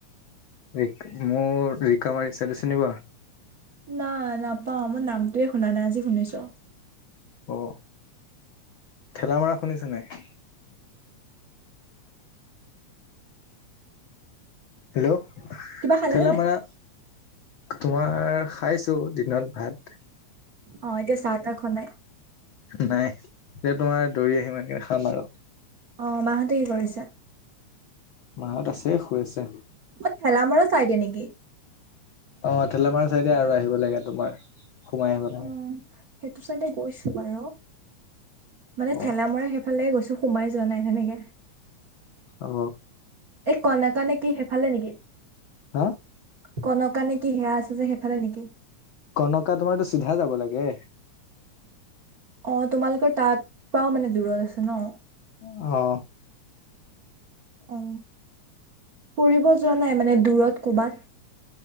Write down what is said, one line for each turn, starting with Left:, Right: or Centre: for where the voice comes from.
Left: ৰি মোৰ ৰিকামাৰি চাইডে চিনি পোৱা?
Right: নাই নাপাও মই নামটোয়ে শুনা নাই আজি শুনিছো।
Left: অ' ঠেলামৰা শুনিছা নাই? হেল্ল
Right: কিবা খালেনে
Left: ঠেলামাৰা
Right: নাই?
Left: তোমাৰ খাইছো দিনত ভাত
Right: অ এতিয়া চাহ তাহ খোৱা নাই?
Left: নাই এতিয়া তোমাৰ দৌৰি আহিম এনেকে খাম আৰু
Right: অ মাহঁতে কি কৰিছে?
Left: মাঁহত আছে শুই আছে।
Right: অ ঠেলামৰা চাইডে নেকি?
Left: অ ঠেলামৰা চাইডে আৰু আহিব লাগে তোমাৰ সোমাই আহিব লাগে।
Right: অ সেইটো চাইডে গৈছো বাৰু মানে
Left: অ
Right: ঠেলামৰা সে ফালে গৈছো সোমাই যোৱা নাই সেনেকে
Left: অ
Right: এই কল এটা নেকি সেইফালে নেকি?
Left: হা
Right: কনকা নে কি সেয়া আছে যে সেইফালে নেকি?
Left: কনকা তোমাৰতো চিধা যাব লাগে।
Right: অ তোমালোকৰ তাৰ পৰাও মানে দূৰত আছে ন?
Left: অ
Right: অ ফুৰিব যোৱা নাই মানে দূৰত কবাত?